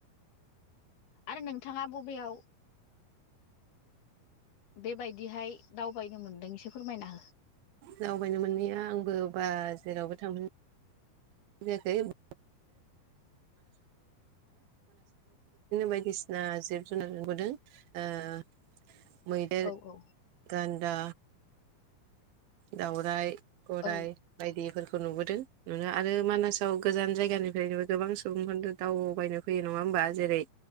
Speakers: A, on the left; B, on the right.
A: आरो नोंथाङा बबेयाव बेबायदिहाय दावबायनो मोनदों एसे फोरमायना हो
B: जावबायनो मोनैया आंबो बा जेरावबो थांफेरनो <unintelligible> <unintelligible> बिदिनो बायदिसिना जिब जुनार नुबोदों ओह मैदेर
A: औ औ
B: गान्दा दाउराइ गराय
A: औ
B: बायदिफोरखौ नुबोदों आरो मानास गोजान जायगानिफ्रायनो गोबां सुबुंफोरनो दावबायनो फैयो नङा होमबा जेरै